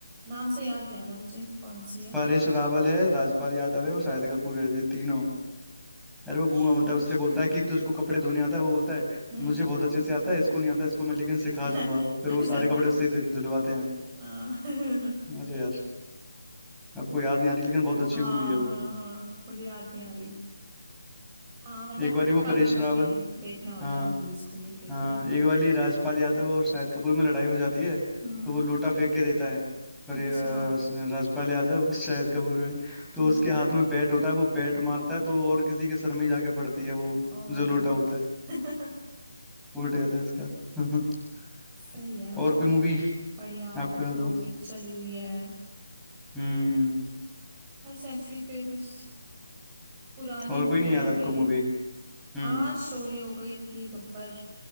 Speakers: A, on the right (about 20°); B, in the centre.
A: नाम से याद नहीं आ रहा मुझे कौन सी है
B: परेश रावल है राजपाल यादव है और शाहिद कपूर है ये तीनों अरे
A: अच्छा
B: वो गूंगा बनता है
A: अच्छा
B: उससे बोलता है कि तुझको कपड़े धोने आता है वो बोलता है
A: हम्म
B: मुझे बहुत अच्छे से आता है इसको नहीं आता इसको मैं लेकिन सिखा
A: <laughs>
B: दूंगा फिर
A: अच्छा
B: वो सारे कपड़े उससे ही धु- धुलवाते हैं
A: हाँ <laughs>
B: अरे यार आपको याद नहीं आ रही लेकिन बहुत अच्छी
A: हाँ
B: मूवी है वो
A: हाँ हाँ मुझे याद नहीं आ रही हाँ मतलब
B: एक बार वो परेश
A: कभी कभी
B: रावल
A: देखना होता
B: हाँ
A: है मूवीज को लेके
B: हाँ
A: तो
B: एक वाली राजपाल यादव और शाहिद कपूर में लड़ाई हो जाती है
A: हम्म
B: तो वो लोटा फेंक के देता है पर
A: अच्छा
B: अ, स- राजपाल यादव <laughs> शाहिद कपूर में तो
A: हम्म
B: उसके हाथ में बैट होता है वो बैट मारता है तो और किसी के सर में ही जाके पड़ती है वो
A: और
B: जो लोटा होता है
A: <laughs>
B: उल्ट जाता है उसका <laughs>
A: सही है
B: और
A: मतलब
B: कोई मूवी
A: बढ़िया
B: आपको याद हो
A: मूवी चली हुई है
B: हम्म
A: बस ऐसी फेमस पुरानी
B: और
A: मूवियां
B: कोई नहीं याद आपको
A: भी
B: मूवी हम्म
A: हाँ शोले हो गई अपनी गब्बर